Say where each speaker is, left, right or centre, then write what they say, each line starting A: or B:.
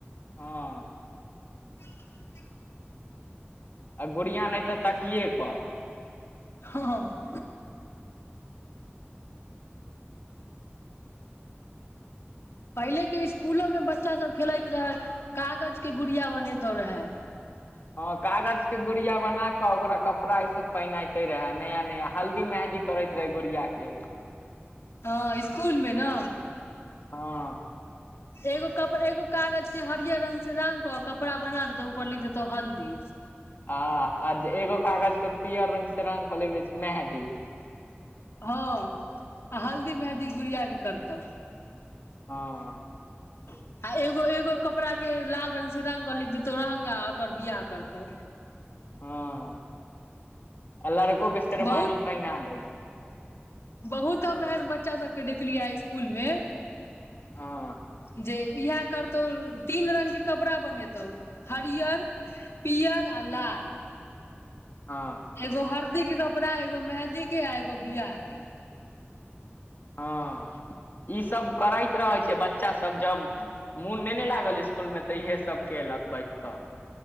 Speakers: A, on the left; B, on the left.
A: हँ
B: <inaudible>
A: आ गुड़िया नै तऽ तकिये पर।
B: हँ हँ पहिले के इस्कूलो में बच्चा सब खेलैत रहै कागज के गुड़िया बनेैतो रहै।
A: हँ कागज के गुड़िया बना क ओकरा कपड़ा ई सब पहिनइते रहै नया नया हल्दी मेंहदी करैत रहै गुड़िया के।
B: हँ इस्कुल मे न
A: हँ
B: एगो कपड एगो कागज के हरियर रंग से रांग क कपड़ा बना देतौ ऊपर लिख देतौ हल्दी।
A: आ आ एगो कागज पर पियर रंग से रांग क लिख दै छै मेंहदी।
B: हँ आ हल्दी मेहदी गुड़ियाके करतौ।
A: हँ
B: <inaudible> आ एगो एगो कपड़ा के लाल रंग से रंग क लिख देतौ रहंगा ओकर बियाह करतौ।
A: हँ आ लड़को के शेरवानी
B: बहुत
A: पहिना दै छै।
B: बहुत हम एहन बच्चा सबके देखलियै इसकुल मे
A: हँ
B: जे इहै करतौ तीन रंग के कपड़ा बनेतौ हरियर पीयर आ लाल
A: हँ
B: एगो हरदी के कपड़ा एगो मेहदी के आ एगो बियाह के
A: हँ ई सब करैत रहै छै बच्चा सब जब मोन नै ने लागल स्कूल में तऽ इहे सब केलक बैठ कऽ।